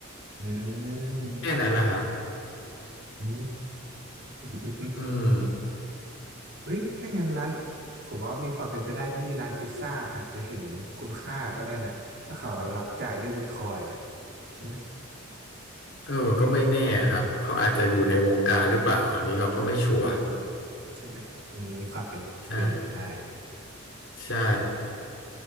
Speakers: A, on the right; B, on the left.
A: อืม
B: แค่นั้นแหละครับ
A: อืม <laughs>
B: อืม
A: เฮ้ยถ้างั้นร้านผมว่ามีความเป็นไปได้ที่ร้านพิซซ่าอาจจะเห็นคุณค่าก็ได้นะถ้าเขารับจ่ายด้วยบิตคอยอ่ะใช่ไหม
B: เออก็ไม่แน่ครับ เขาอาจจะอยู่ในวงการหรือเปล่าอันนี้เราก็ไม่ชัวร์
A: เออใช่ไหมมันมีความเป็นเป็นไปได้
B: ใช่ใช่
A: ครับผม